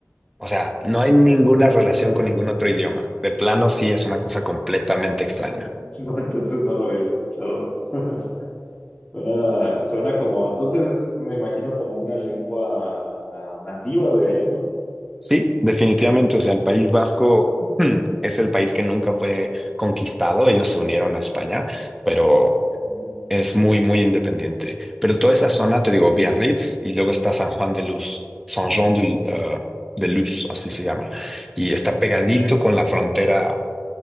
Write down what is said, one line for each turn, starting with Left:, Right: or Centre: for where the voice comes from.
Centre: O sea, no hay ninguna relación
Left: Órale.
Centre: con ningún otro idioma. De plano, sí es una cosa completamente extraña.
Left: No, entonces no lo había escuchado. <laughs> Suena, suena como, entonces es, me imagino como una lengua ah, nativa de ahí, ¿no?
Centre: Sí, definitivamente. O sea, el
Left: Ujú,
Centre: País Vasco <clears throat> es el país
Left: ujú,
Centre: que nunca fue conquistado. Ellos se unieron a España, pero.
Left: ujú,
Centre: Es muy, muy independiente. Pero toda esa zona, te digo,
Left: ujú,
Centre: Biarritz y luego está San Juan de Luz, San Juan de, eh, de Luz, así se llama. Y está pegadito
Left: ujú.
Centre: con la frontera, o